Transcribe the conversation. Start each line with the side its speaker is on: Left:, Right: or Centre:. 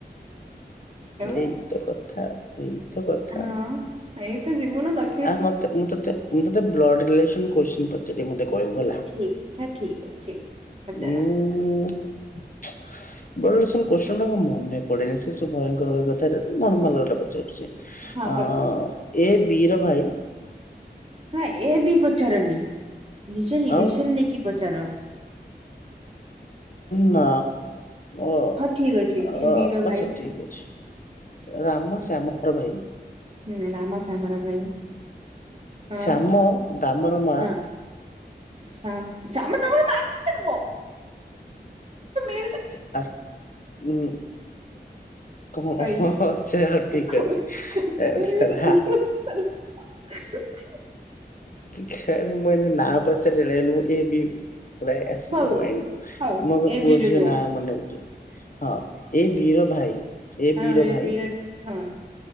Right: ହେଲା
Left: ଏଇତ କଥା ଏଇତ କଥା
Right: ହଁ
Left: ଆଉ
Right: ଏଇ ତ ଜିବନ ଲ
Left: ଆ ମତେ ମୁଁ ତତେ ମୁଁ ତତେ ବ୍ଲଡ ରିଲେସନ କୋତ୍ସିନ ପଚାରି ମତେ କହିବୁ ହେଲା।
Right: ଇଚ୍ଛା ଠିକ୍ ଅଛି। ପଚାର
Left: ଉଁ ବ୍ଲଡ ରିଲେସନ କୋଶ୍ଚିନଗୁଡା ମନେ ପଡେନି ସେ ସବୁ ଭୟଙ୍କର କଥା ନର୍ମାଲଟା ପଚାରୁଛି।
Right: ହଁ
Left: ଆ
Right: ପଚାର
Left: ଏ ବିର ଭାଇ
Right: ହଁ ଏ ବି ପଚାରନି ନିଜ ରିଲେସନ
Left: ଆଉ
Right: ନେଇକି ପଚାର।
Left: ନା ଓ
Right: ହଁ ଠିକ ଅଛି
Left: ଆଛା
Right: ଏ ବୀର ଭାଇ
Left: ଠିକ ଅଛି। ରାମ ଶ୍ୟାମର ଭାଇ
Right: ହୁଁ ରାମ ଶ୍ୟାମ ର ଭାଇ ହଁ
Left: ଶ୍ୟାମ ଦାମର ମା
Right: ହଁ ଶ୍ୟାମ ଦାମର ମା <unintelligible>
Left: ସା ଆର୍ ଉଁ। ହଁ
Right: ଭାଇ
Left: ହଁ ସେ ଠିକ
Right: କୋଶ୍ଚିନ୍
Left: ଅଛି।
Right: ବି <unintelligible>
Left: କାଳେ ମୁଁ ଏମିତି ନା ପଚାରି <unintelligible> ଏ ବି ଆସିଯିବ
Right: ହଉ
Left: ମାଇଣ୍ଡ କୁ
Right: ହଉ
Left: ମୁଁ ଏବେ
Right: ଏ
Left: ପୁଅ
Right: ବିରେ
Left: ଝିଅ
Right: କୁହ
Left: ନା ମନେ ହଁ ଏ ବିର ଭାଇ ଏ
Right: ହଁ
Left: ବିର ଭାଇ
Right: ବିରେ ହୁଁ।